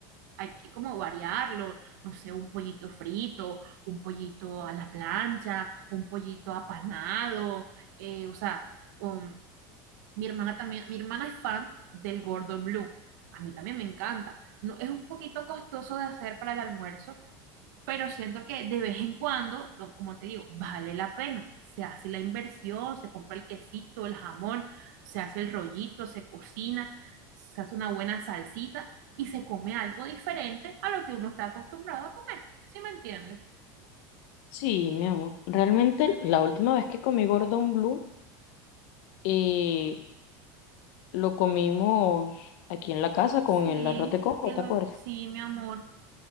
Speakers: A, on the right (about 70°); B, on the left (about 55°).
A: hay que como variarlo, no sé, un pollito frito, un pollito a la plancha, un pollito apanado, eh, o sea, um, mi hermana también, mi hermana es fan del Gordon Blue, a mí también me encanta, no, es un poquito costoso de hacer para el almuerzo, pero siento que de vez en cuando, lo- como te digo, vale la pena. Se hace la inversión, se compra el quesito, el jamón, se hace el rollito, se cocina, se hace una buena salsita y se come algo diferente a lo que uno está acostumbrado a comer. ¿Sí me entiendes?
B: Sí, mi amor. Realmente la última vez que comí Gordon Blue, eh, lo comimos aquí en la casa con
A: Sí,
B: el arroz de coco,
A: que
B: ¿te
A: lo,
B: acuerdas?
A: sí, mi amor.